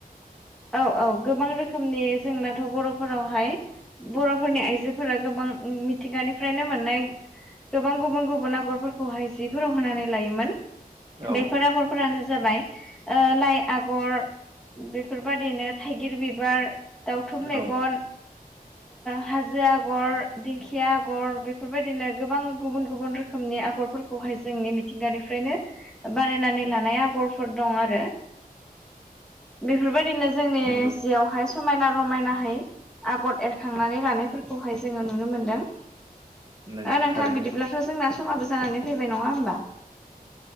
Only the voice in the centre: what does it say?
औ औ गोबां रोखोमनि जोंनाथ' बर'फोरावहाय बर'फोरनि आइजोफोरा गोबां मिथिंगानिफ्रायनो मोननाय गोबां गुबुन गुबुन आगरफोरखौहाय जिफोराव होनानै लायोमोन
बेफोर आगरफोरानो जाबाय लाइ आगर बे बेफोरबायदिनो थाइगिर बिबार दाउथुब मेगन
हाजो आगर दिंखिया आगर बेफोरबायदिनो गोबां गुबुन गुबुन रोखोमनि आगरफोरखौ खौहाय जोंनि मिथिंगानिफ्रायनो बानायनानै लानाय आगरफोर दं आरो बेफोरबायदिनो जोंनि
जियावहाय समायना रमायनाहै आगर एरखांनानै लानायफोरखौहाय जोङो नुनो मोनदों
नोंथां
बिदिब्ला थ' जोंना समाबो जानानै फैबाय नङा होनोमबा